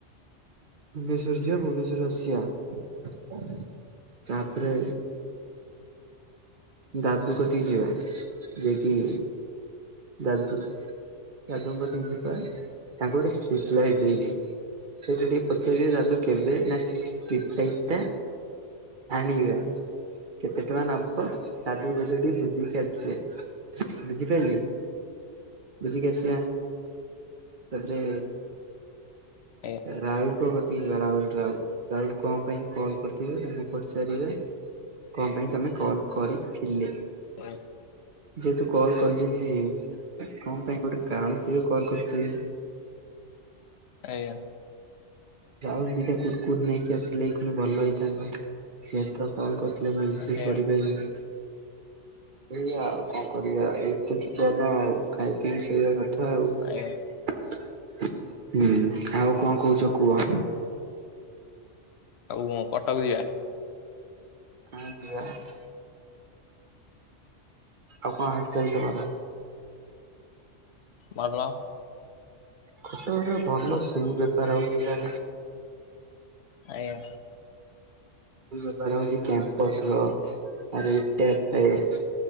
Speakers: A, on the right; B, on the left.
A: ଭୁବନେସ୍ୱର ଯିବା ଭୁବନେଶ୍ୱର ରୁ ଆସିିବା। ତାପରେ ଗାଦୁ କତିକି ଯିବା ଯେକି ଦାଦୁ ଦାଦୁଙ୍କତିକି ଯିବା ତାଙ୍କୁ ଗୋଟେ ଷ୍ଟ୍ରିଟ୍ ଲାଇଟ୍ ଦେଇକି ସେଇଟା ଟିକେ ପଚାରିବା ନା ଦାଦୁ କେବେ ନା ଷ୍ଟ୍ରିଟ୍ ଲାଇଟ୍ ଟା ଆଣିିବା। କେତେ ଟଙ୍କା ନବ ଦାଦୁଙ୍କ ତୁରୁ ଟିକେ ବୁଝିକି ଆସିବେ ବୁଝିପାଇଲୁ। ବୁଝିକି ଆସିିବା ତାପରେ
B: ଆଉ।
A: ରାହୁଲ କ କତି ଯିବା ରାହୁଲ ରାହୁଲ ରାହୁଲ କଣ ପାଇଁ କଲ୍ କରି ତାଙ୍କୁ ପଚାରିବା କଣ ପାଇଁ ତମେ କଲ୍ କରିଥିଲେ।
B: ଆଞା
A: ଯେହେତୁ କଲ୍ କରିଛନ୍ତି ସିଏ କଣ ପାଇଁ ଗୋଟେ କାରଣ ଥିବ କଲ୍ କରିଥିବେ।
B: ଆଜ୍ଞା।
A: ଯାଉଛି ଦିଟା କୁକୁର୍ ନେଇକି ଆସିଲେ ନେୟୀ କ୍ଷଣି ଭଲ ହେଇଥାନ୍ତା ସେ ତ କଲ୍ କରିଥିଲେ ରୋଷେଇ
B: ଆଜ୍ଞା ଆଜ୍ଞା
A: କରିପାରିବିନି। ଏଇଆ ଆଉ କଣ କରିବା ଏଇତ ଯିବନ ଆଉ ଖାଇ ପିଇକି ସୋଇବା କଥା ଆଉ।
B: ଆଜ୍ଞା
A: ହୁଁ ଆଉ କଣ କୋଉଛ କୁହ।
B: ଆଉ କଣ କଟକ ଯିବା।
A: <unintelligible> ଆଉ କଣ ହାଲ ଚାଲ ତମର।
B: ଭଲ।
A: ଖଟରେ ଭଲ ସ ବେପାର ହଉଥିଲା।
B: ଆଜ୍ଞା
A: ବହାର ହଉଛି କ୍ୟାମ୍ପସ ର ଆ <inaudible>